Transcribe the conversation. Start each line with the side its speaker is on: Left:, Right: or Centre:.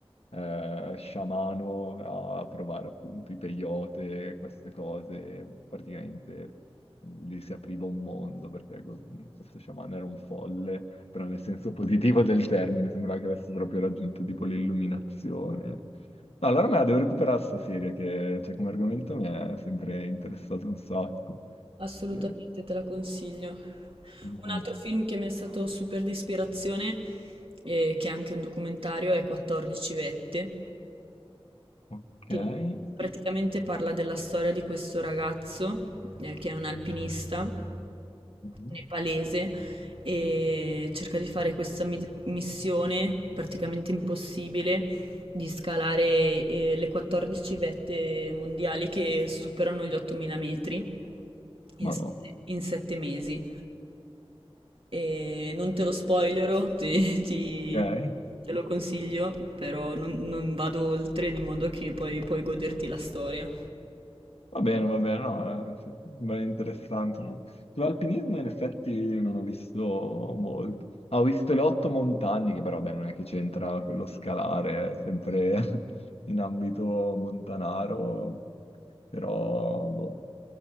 Left: eh, sciamano a provare appunto i peyote, queste cose, praticamente gli si apriva un mondo perché que- questo sciamano era un folle, però nel senso positivo del termine, sembrava che avesse proprio raggiunto tipo l'illuminazione. No, allora me la devo recuperare sta serie che cioè, come argomento mi è sempre interessato un sacco.
Right: Assolutamente
Left: Eh,
Right: te la consiglio.
Left: mhm.
Right: Un altro film che mi è stato super di ispirazione, e che è anche un documentario, è 14 Vette,
Left: ok.
Right: Che praticamente
Left: Sì.
Right: parla della storia di questo ragazzo, ehm, che è un alpinista
Left: Mhm.
Right: nepalese, e cerca di fare questa mit missione praticamente impossibile di scalare, ehm, le 14 vette mondiali che superano gli 8000 metri in
Left: Ma
Right: s
Left: no.
Right: in 7 mesi. Ehm, non te lo spoilerò, ti ti
Left: Ok.
Right: te lo consiglio, però non non vado oltre di modo che poi puoi goderti la storia.
Left: Va bene, va bene, no, eh, sembra interessante, no? Sull'alpinismo in effetti non ho visto molto. Ah, ho visto le otto montagne, che però, beh, non è che c'entra quello scalare, è sempre <laughs> in ambito montanaro, però, boh.